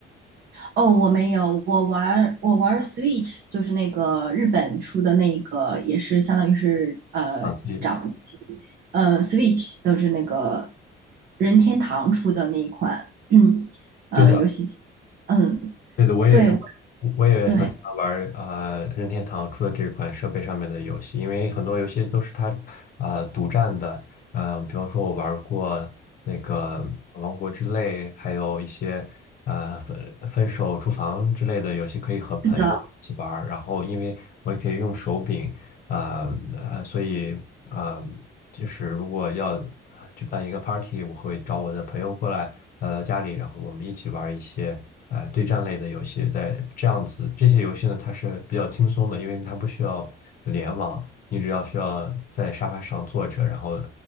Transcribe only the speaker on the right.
哦，我没有，我玩儿我玩儿 Switch，就是那个日本出的那个，也是相当于是呃掌机，
呃 Switch 都是那个任天堂出的那一款 <clears throat>，嗯，呃游戏机，
嗯，
对，我
对，
是的